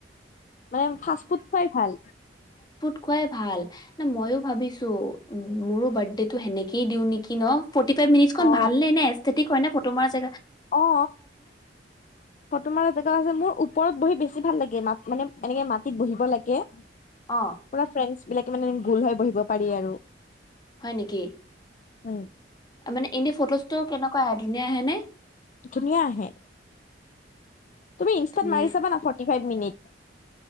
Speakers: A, on the left; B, on the left.
A: মানে ফাষ্ট ফুড খুৱাই ভাল
B: খুৱাই ভাল না মইো ভাবিছো মোৰো বাৰ্থডেটো সেনেকেই দিওঁ নেকি ন ফৰ্টি ফাইভ মিনটছখন
A: অ
B: ভালনে ন এছটিক কয় নে ফটো মাৰা জে
A: অ ফটোমাৰ জকাছে মোৰ ওপৰত বহি বেছি ভাল লাগে ম মানে এনেকে মাটিত বহিব লাগে পুৰা
B: অ
A: ফ্ৰে বিলাকে মানে গোল হৈ বহিব পাৰি আৰু
B: হয় নেকি
A: উম
B: মানে এনে ফটোজটো কেনেকুৱা আহে ধুনীয়া আহে নে
A: ধনিয়া আহে তুমি ইনষ্টাট
B: ধুনীয়া
A: মাৰি চাবা না ফৰ্টি ফাইভ মিনিট